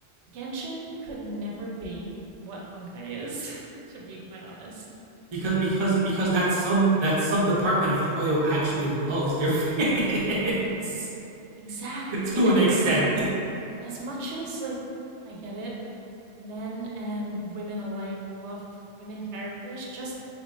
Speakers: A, on the right; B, on the right.
A: Genshin could never be what Honkai is, <laughs> to be quite honest.
B: Because because because that sub that sub department of Hoyo actually loves their fans
A: Exactly.
B: <laughs> to
A: And
B: an extent.
A: as as much as like I get it, men and women alike love women characters, just